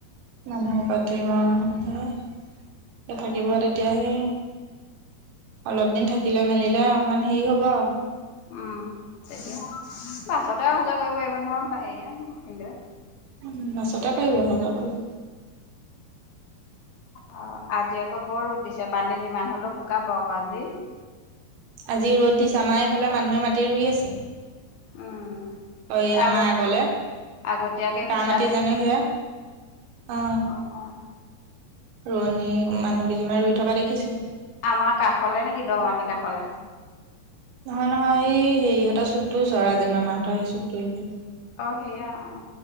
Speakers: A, on the right; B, on the left.
A: মানুহৰ ওপৰত থাকিব অ, সেয়াই এতি থাকিবলৈ
B: সেইটো কথা
A: তেতিয়াহে অলপ দিন থাকিলে মেলিলে অকমান হেৰি হ'ব আৰু।
B: উম তেতিয়া বাছতে অহা যোৱা কৰিব পাৰিব নহয় হেৰীয়ে
A: উম বাছতে পাৰিব অহা যোৱা কৰিব।
B: অ, আজি আকৌ বৰ ৰ'দ দিছে পানী যিমান হলেও শুকাব আকৌ আজি
A: আজি ৰ'দ দিছে আমা এফালে মানুহে মাটি ৰুই আছে।
B: উম।
A: কৰি
B: এ
A: আমাৰ
B: আগত
A: আগলে,
B: আগতীয়াকে সিঁচা
A: কা মাট
B: হেৰি
A: জানো সেয়া? অ
B: অ'!
A: ৰোৱনী মানুহ কেইজনিমান ৰুই থকা দেখিছোঁ।
B: আমাৰ কাষলে নেকি দ মাটিৰ কাষলে?
A: নহয় নহয় এই হেৰিহঁতৰ চুকটো ওচ ৰাজেন মামাহঁতৰ সেই চুকটো
B: অ, সেয়া অ!